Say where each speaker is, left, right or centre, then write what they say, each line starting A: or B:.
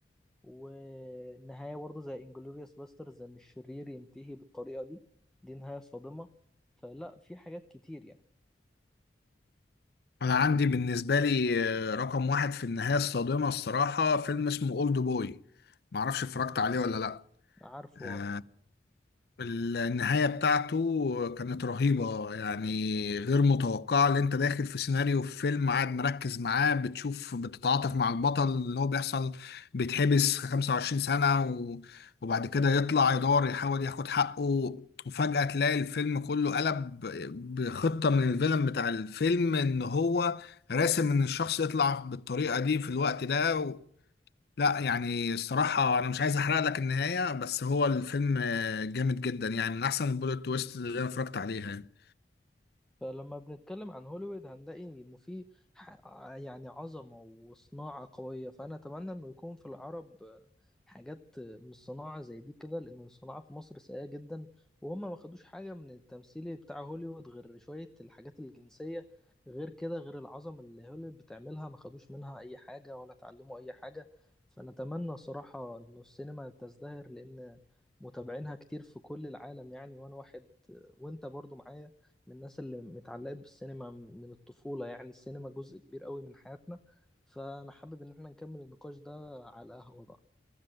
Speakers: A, in the centre; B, on the left.
A: ونهاية برضه زي انجلوريوس باسترز ان الشرير ينتهي بالطريقة دي دي نهاية صادمة فلا في حاجات كتير يعني
B: انا عندي بالنسبة لي آه، رقم واحد في النهاية الصادمة الصراحة فيلم اسمه اولد بوي معرفش اتفرجت عليه ولا لا
A: عارفه
B: آه، النهاية بتاعته كانت رهيبة يعني غير متوقعة اللي انت داخل في سيناريو في فيلم قاعد مركز معاه بتشوف بتتعاطف مع البطل اللي هو بيحصل بيتحبس 25 سنة و- وبعد كده يطلع يدور يحاول ياخد حقه وفجأة تلاقي الفيلم كله قلب بخطة من الفيلم بتاع الفيلم ان هو راسم ان الشخص يطلع بالطريقة دي في الوقت ده لا يعني الصراحة أنا مش عايز أحرق لك النهاية بس هو الفيلم آه، جامد جدا يعني من أحسن البوليت تويست اللي أنا اتفرجت عليها يعني
A: فلما بنتكلم عن هوليوود هنلاقي انه في ح- يعني عظمة وصناعة قوية فانا اتمنى انه يكون في العرب آه، حاجات آه، من الصناعة زي دي كده لانه الصناعة في مصر سيئة جدا وهم ما خدوش حاجة من التمثيل بتاع هوليوود غير شوية الحاجات الجنسية غير كده غير العظمة اللي هوليوود بتعملها ما خدوش منها اي حاجة ولا اتعلموا اي حاجة فانا اتمنى صراحة انه السينما تزدهر لان متابعينها كتير في كل العالم يعني وانا واحد آه، وانت برضو معايا من الناس اللي اتعلقت بالسينما من الطفولة يعني السينما جزء كبير قوي من حياتنا فأنا حابب إن احنا نكمل النقاش ده على القهوة بقى